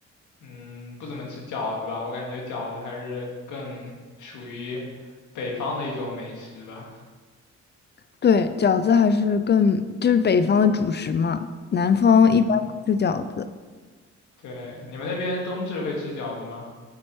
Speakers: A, on the left; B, on the left.
A: 嗯，不怎么吃饺子吧，我感觉饺子还是更属于北方的一种美食吧。
B: 对，饺子还是更就是北方的主食嘛，南方一般不吃饺子，
A: 嗯，对，你们那边冬至会吃饺子吗？